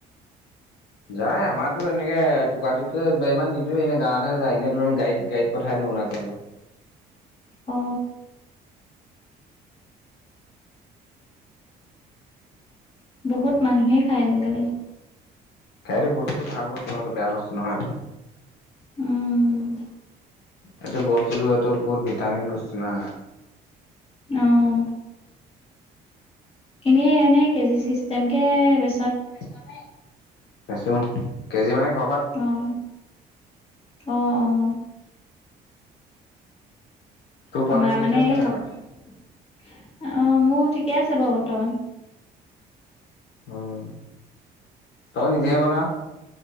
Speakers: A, on the left; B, on the left.
A: যায় আমাৰতো এনেকে টুকুৰা টুকুৰিকে ইমান নিদিওৱে এনে গাঁৱতহে যায় এনেই ধৰি ল গাড়ীত গাড়ীত পঠাই দিওঁ অৰুণাচলত
B: অ। বহুত মানুহেই খায় আজিকালি।
A: খাই বস্তুটো ভাল বস্তু নহ বেয়া বস্তু নহয়টো।
B: উম
A: এইটো বস্তুটো এইটো বহুত ভিটামিন বস্তু না।
B: অঁহ এনেই এনেই কেজি ছিষ্টেম কে বে
A: চ নে? বেচো কেজি মানে ঘ
B: অ', অ', অ'।
A: তোৰ পনীৰ
B: আমাৰ
A: বিজনেচ
B: মানে এই
A: কেনেকুৱা?
B: হক, আ, মোৰ ঠিকে আছে বাৰু বৰ্তমান।
A: উম। তই নিজেহে বনাও।